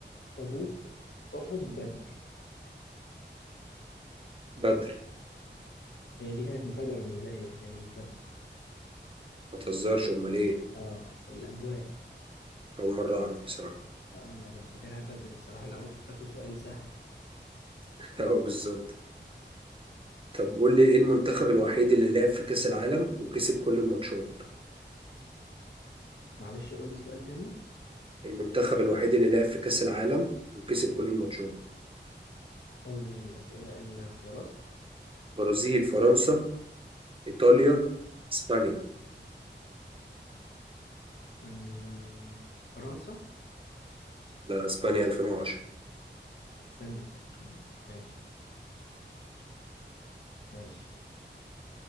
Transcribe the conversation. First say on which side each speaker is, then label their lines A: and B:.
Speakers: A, on the left; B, on the right.
A: تبوك احد بدر
B: بدر
A: هي دي كانت مفاجاه بالنسبه لي بس هي مش بدر
B: ما تهزرش امال ايه
A: اه الابواء
B: اول مره اعرف بصراحه
A: اه انا كنت فاكرها بدر الصراحه الاول كنت فاكره سؤال سهل
B: <laughs> اه بالظبط طب قول لي ايه المنتخب الوحيد اللي لعب في كأس العالم وكسب كل الماتشات
A: معلش قول لي سؤال تاني
B: المنتخب الوحيد اللي لعب في كأس العالم وكسب كل الماتشات
A: قول لي الاسئله الاختيارات
B: برازيل فرنسا إيطاليا إسبانيا
A: أمم، فرنسا
B: لا إسبانيا 2010
A: اسبانيا أمم، ماشي ماشي